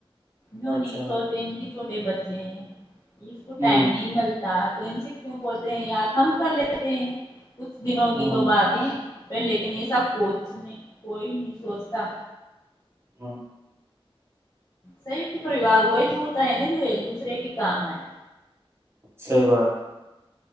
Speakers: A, on the left (about 40°); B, on the right (about 25°).
A: یوں
B: اچھا
A: نہیں سوتے ان کے چھوٹے بچے ہیں اس کو
B: ہوں
A: ٹائم نہیں ملتا تو ان سے کیوں بولتے ہیں یاار ہم کر لیتے ہیں کچھ دنوں کی
B: ہوں
A: تو باتیں لیکن یہ سب کچھ نہیں کوئی نہیں سوچتا
B: ہوں
A: سیت پریوار وہ ہی تو ہوتا ہے نا جو ایک دوسرے کی کام آئے
B: سی بات